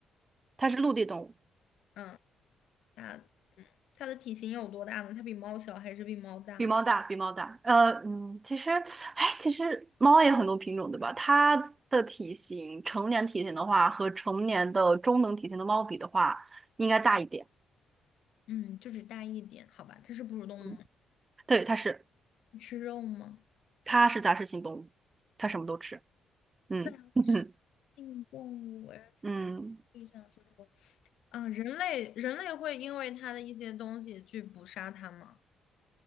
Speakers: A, on the right; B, on the left.
A: 它是陆地动物。
B: 嗯，它嗯它的体型有多大呢？它比猫小还是比猫大？
A: 比猫大，比猫大。呃，嗯，其实，哎，其实猫也有很多品种，对吧？它的体型，成年体型的话，和成年的中等体型的猫比的话，应该大一点。
B: 嗯，就只大一点，好吧。它是哺乳动物吗？
A: 嗯，对，它是，
B: 吃肉吗？
A: 它是杂食性动物，它什么都吃。嗯
B: 杂食性动物，
A: <laughs>
B: 而且
A: 嗯，
B: 地上生活。啊，人类人类会因为它的一些东西去捕杀它吗？